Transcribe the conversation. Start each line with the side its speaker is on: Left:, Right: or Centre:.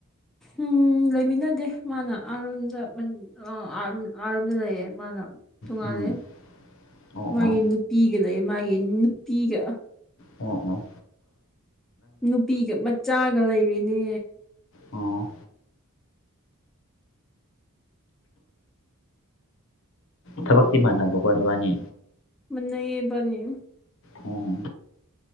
Centre: ꯎꯝ ꯂꯩꯃꯤꯟꯅꯗꯦ ꯃꯥꯅ ꯑꯥꯔꯣꯝꯗ ꯃ ꯑꯣ ꯑꯥ ꯑꯥꯔꯣꯝꯗ ꯂꯩꯑꯦ ꯃꯥꯅ ꯇꯣꯡꯉꯥꯜꯂꯦ
Left: ꯎꯝ ꯑꯣ
Centre: ꯃꯥꯒꯤ
Left: ꯑꯣ
Centre: ꯅꯨ ꯄꯤꯒ ꯂꯩꯌꯦ ꯃꯥꯒꯤ ꯅꯨꯄꯤꯒ
Left: ꯑꯣ ꯎꯝ
Centre: ꯅꯨꯄꯤꯒ ꯃꯆꯥꯒ ꯂꯩꯔꯤꯅꯦ
Left: ꯑꯣ ꯊꯕꯛꯇꯤ ꯃꯥꯟꯅꯕ ꯀꯣ ꯅꯕꯥꯅꯤ
Centre: ꯃꯥꯟꯅꯩꯌꯦ ꯏꯕꯥꯅꯤ
Left: ꯑꯣ